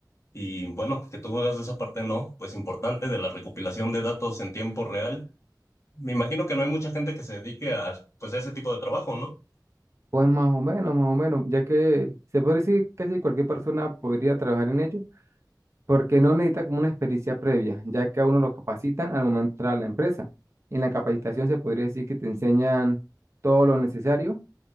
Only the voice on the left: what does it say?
Y bueno, que tú hagas esa parte, ¿no? Pues importante de la recopilación de datos en tiempo real me imagino que no hay mucha gente que se dedique a, pues, a ese tipo de trabajo, ¿no?